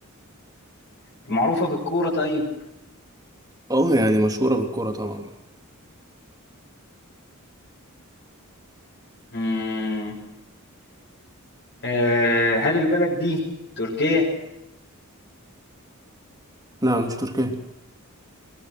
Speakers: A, on the left; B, on the right.
A: معروفة بالكورة طيب
B: اه يعني مشهورة بالكرة طبعا
A: مم. آه، هل البلد دي تركيا؟
B: لا مش تركيا